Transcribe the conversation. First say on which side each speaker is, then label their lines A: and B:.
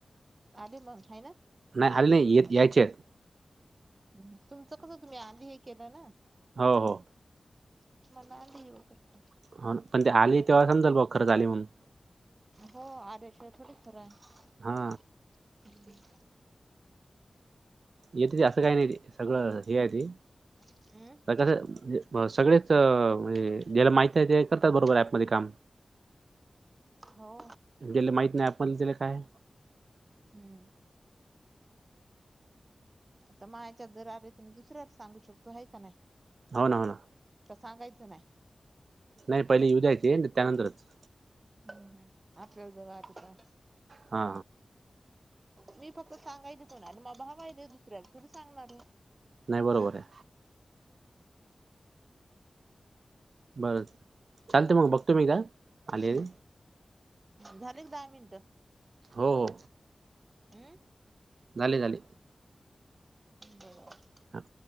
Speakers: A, on the right; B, on the right.
A: आले मंग हाय ना
B: नाय आले नाय येत यायचेत
A: हूं तुमचं कसं तुम्ही आधी हे केलं ना
B: हो हो
A: मंग तुम्हाला येऊ शकता
B: हो न पण ते आले तेव्हा समजल बुआ खरंच आले म्हणून
A: हो आल्याशिवाय थोडीच खरं हाय.
B: हा.
A: <unintelligible>
B: येती ते असं काय नाही ते सगळं हे हाय ती
A: अ
B: त कस म्हजे सगळेच म्हणजे ज्याला माहीत आहे ते करतात बरोबर ऍपमध्ये काम.
A: हो
B: ज्याला माहित नाय अँप मधलं त्याला काय
A: हम्म आता मायाच्यात जर आले त मी दुसऱ्या सांगू शकतो हाय का नाय.
B: हो न हो न
A: त सांगायचं नाय.
B: नाय पहिले येऊ द्यायचे न त्यानंतरच
A: हम्म हम्म आपल्याला जवा आ ते का
B: हा
A: मी फक्त सांगायच कोणाले मग हवाय दुसऱ्यापेक्ष सांगणार
B: नाही बरोबर आहे बरं चालत मग बघतो मी का आलीरीे
A: हम्म झाले दहा मिनिटं
B: हो हो
A: हमं
B: झाले झाले
A: ब
B: ह